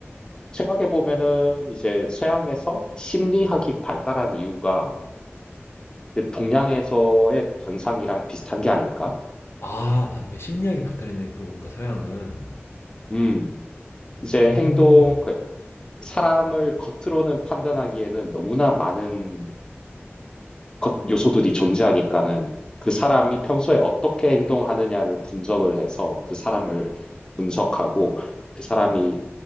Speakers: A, on the left (about 15°); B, on the left (about 65°).
A: 생각해 보면은 이제 서양에서 심리학이 발달한 이유가 이제 동양에서의 관상이랑 비슷한 게 아닐까?
B: 아, 맞네. 심리학이 발달했네. 그러고 보니까 서양은.
A: 음, 이제
B: 음.
A: 행동, 그 사람을 겉으로는 판단하기에는 너무나 많은 것, 요소들이 존재하니까는 그 사람이 평소에 어떻게 행동하느냐를 분석을 해서 그 사람을 분석하고 그 사람이